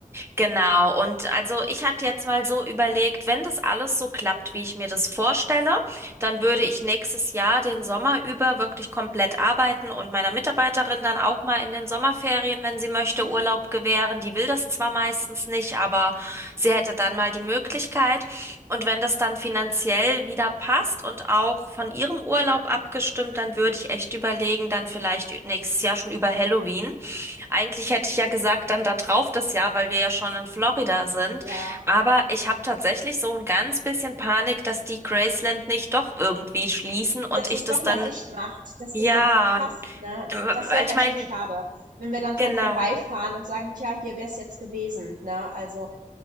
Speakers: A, on the right; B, on the right.
A: Genau, und also ich hatte jetzt mal so überlegt, wenn das alles so klappt, wie ich mir das vorstelle, dann würde ich nächstes Jahr den Sommer über wirklich komplett arbeiten und meiner Mitarbeiterin dann auch mal in den Sommerferien, wenn sie möchte,
B: Mhm.
A: Urlaub gewähren. Die will das zwar meistens nicht, aber sie hätte dann mal die Möglichkeit. Und wenn das dann finanziell wieder passt und auch von ihrem Urlaub abgestimmt, dann würde ich echt überlegen, dann vielleicht nächstes Jahr schon über Halloween. Eigentlich hätte ich ja gesagt, dann da drauf das Jahr, weil wir ja schon in Florida sind.
B: Ja,
A: Aber ich habe tatsächlich so ein ganz bisschen Panik, dass die Graceland nicht doch irgendwie schließen und
B: dass
A: ich
B: es
A: das
B: doch mal
A: dann,
B: dicht macht, dass
A: ja,
B: du es dann verpasst, ne?
A: weil
B: Das wäre
A: ich
B: halt
A: meine,
B: schon schade, wenn wir dann dran
A: genau,
B: vorbeifahren und sagen: „Tja, hier wäre es jetzt gewesen“, ne? Also